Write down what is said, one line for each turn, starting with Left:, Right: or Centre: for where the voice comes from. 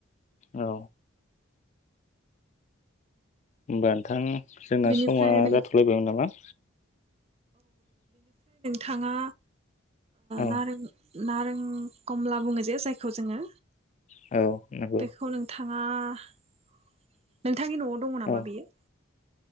Left: औ होमबा नोंथांनि जोंना
Right: बेनिफ्राय
Left: समा
Right: नों
Left: जाथ'लायबायमोन नामा?
Right: थाङा
Left: औ
Right: नारें नारें कमला बुङो जे जायखौ जोङो।
Left: औ नंगौ
Right: बेखौ नोंथा थाङा नों नोंथांनि न'आव दङ नामा
Left: औ
Right: बियो?